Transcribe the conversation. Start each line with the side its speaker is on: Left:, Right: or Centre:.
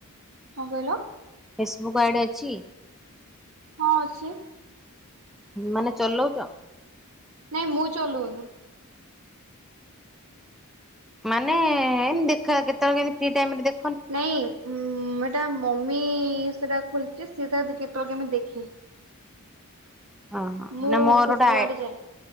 Right: କଣ କହିଲ?
Centre: ଫେସବୁକ୍ ଆଇଡି ଅଛି?
Right: ହଁ ଅଛି।
Centre: ମାନେ ଚଲଉଛ।
Right: ନାଇଁ ମୁଁ ଚଲୋଉନି।
Centre: ମାନେ ଏମି ଦେଖା କେତେବେଳେ କେମିତି ଫ୍ରି ଟାଇମରେ ଦେ
Right: ନାଇଁ ଉଁ ଏଟା ମମି ସେଟା ଖୋଲିଚି ସିଏ ତାର କେତେବେଳେ କେମିତି ଦେଖେ।
Centre: ହଁ ହଁ
Right: ମୁଁ
Centre: ନା ମୋର
Right: ଫେସବୁକ୍
Centre: ଗୋଟେ ଆ
Right: ଆଡେ ଯାଏ।